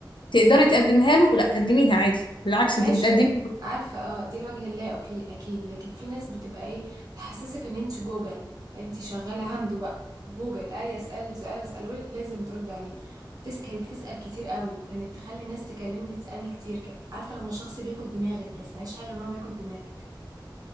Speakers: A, on the left; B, on the right.
A: تقدري تقدمها له لا قدميها عادي بالعكس
B: ماشي
A: أنت بتقدمي
B: أوك- عارفه اه دي الوجه اللا اوكي اكيد لكن في ناس بتبقى ايه تحسسك ان انت جوجل انت شغاله عنده بقى جوجل اي اسال سؤال اساله لك لازم ترد عليه بتس... كانت بتسال كتير قوي وكانت تخلي الناس تكلمني تسالني كتير ك- عارفه لما شخص بياكل دماغك بس معلش حاجه ان هو بياكل دماغك